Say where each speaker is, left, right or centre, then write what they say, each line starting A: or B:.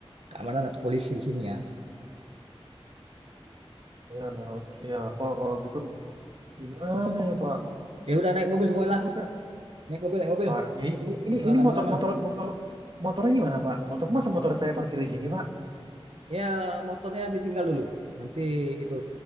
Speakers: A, on the right; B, on the right.
A: keamanan atau polisi di sini ya
B: Ya, ya, Pak, kalau gitu gimana ya, Pak?
A: ya udah naik mobil semualah
B: Kan masa,
A: naik mobil naik mobil
B: Pak, ini, ini, ini
A: Nggak usah
B: ini
A: lama-lama
B: motor, motor, motor, motornya gimana, Pak? Motor masa motor saya parkir di sini, Pak?
A: ya motornya ditinggal dulu nanti itu